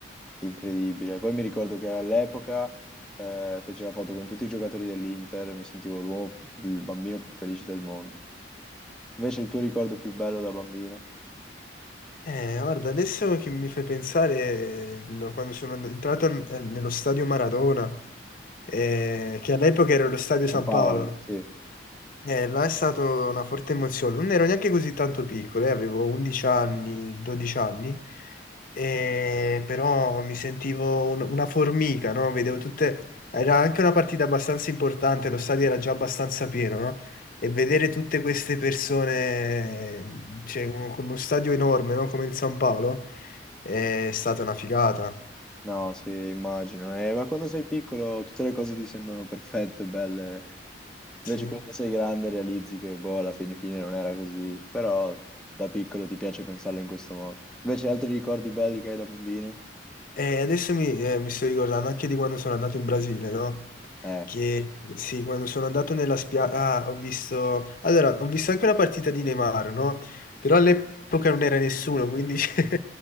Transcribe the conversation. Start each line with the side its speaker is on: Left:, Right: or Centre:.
Centre: incredibile. Poi mi ricordo che all'epoca eh, feci la foto con tutti i giocatori dell'Inter, mi sentivo l'uomo, il bambino più felice del mondo. Invece il tuo ricordo più bello da bambino?
Left: Eh, guarda, adesso che mi fai pensare, eh, lo- quando sono and- entrato n- eh, nello stadio Maradona, eh, che all'epoca era lo stadio San
Centre: San Paolo,
Left: Paolo, no?
Centre: sì.
Left: Eh, là è stata una forte emozione. Non ero neanche così tanto piccolo, eh, avevo 11 anni, 12 anni, e però mi sentivo un- una formica, no? Vedevo tutte... Era anche una partita abbastanza importante, lo stadio era già abbastanza pieno, no? E vedere tutte queste persone, cioè, con uno stadio enorme, no? Come il San Paolo, eh, è stata una figata.
Centre: No, sì, immagino. Eh, ma quando sei piccolo tutte le cose ti sembrano perfette, belle. Invece
Left: Sì.
Centre: quando sei grande realizzi che, boh, alla fine, fine non era così. Però da piccolo ti piace pensarle in questo modo. Invece altri ricordi belli che hai da bambino?
Left: E adesso mi, eh, mi sto ricordando anche di quando sono andato in Brasile, no?
Centre: Eh,
Left: Che sì, quando sono andato nella spiaggia, ho visto... Allora, ho visto anche una partita di Neymar, no? Però all'epoca non era nessuno, quindi <laughs>